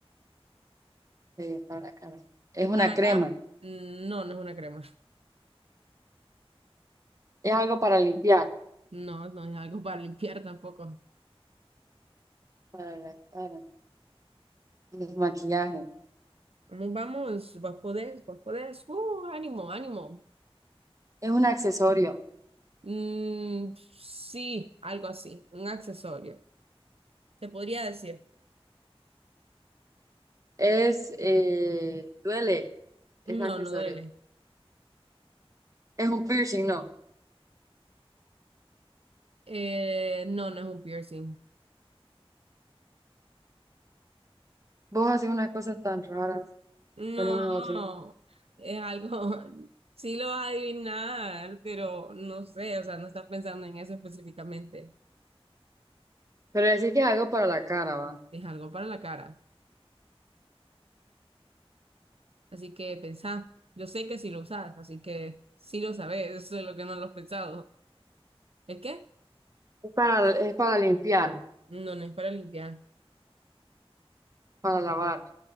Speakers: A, on the right (about 35°); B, on the right (about 70°).
A: eh, para la cara. Es
B: ¿Es
A: una
B: para
A: crema,
B: la cara? Mm, No, no es una crema.
A: es algo para limpiar,
B: No, no es algo para limpiar tampoco.
A: para la cara. El maquillaje
B: Vamos, vamos, vos podés, vos podés. Uh, ánimo, ánimo.
A: es un accesorio.
B: Mm, sí, algo así, un accesorio. Se podría decir,
A: Es, eh, duele es
B: no,
A: accesorio.
B: no duele.
A: Es un piercing, no.
B: Eh, no, no es un piercing.
A: Vos haces unas cosas tan raras
B: No,
A: con un otro.
B: es algo, <laughs> sí lo vas a adivinar, pero no sé, o sea, no estás pensando en eso específicamente.
A: Pero decir que es algo para la cara, va.
B: Es algo para la cara. Así que pensá, yo sé que sí lo usas así que sí lo sabes <laughs> eso es lo que no lo has pensado. ¿El qué?
A: Es para, es para limpiar,
B: No, no es para limpiar.
A: para lavar.